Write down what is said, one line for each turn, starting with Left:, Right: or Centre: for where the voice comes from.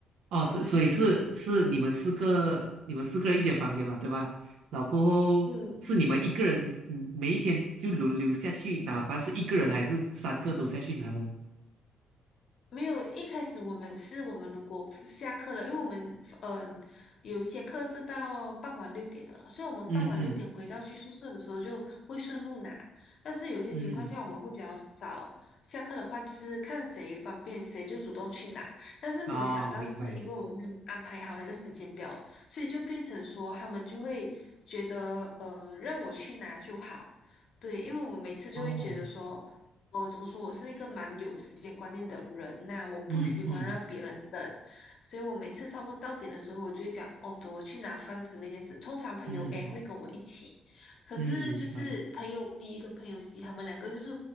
Right: 哦，所以所以是是你们四个你们四个人一间房间嘛，
Left: 对，
Right: 对吧？然后过后是你们一个人，
Left: 嗯，
Right: 嗯每一天就轮流下去拿饭，是一个人还是三个都下去拿呢？
Left: 没有，一开始我们是我们如果下课了，因为我们嗯、呃有一些课是到傍晚六点的，所以我们傍晚六点回到去宿舍的时候就会顺路拿。
Right: 嗯嗯
Left: 但是有一些情况下我们会比较早下课的话，
Right: 嗯。
Left: 就是看谁方便谁就主动去拿。但是没有想到，
Right: 啊，明白。
Left: 就是因为我们没有安排好那个时间表，所以就变成说他们就会觉得呃让我去拿就好。对，因为我们每次就会觉得说。
Right: 哦，
Left: 哦，呃怎么说？我是一个蛮有时间观念的人呐、我不喜欢让别人等，
Right: 嗯嗯
Left: 所以我每次差不多到点的时候，我就会讲哦，走，我去拿饭之类这样子。通常朋友
Right: 嗯嗯
Left: A 会跟我一起，可是就是朋友
Right: 嗯嗯，好的。
Left: B 跟朋友 C 他们两个就是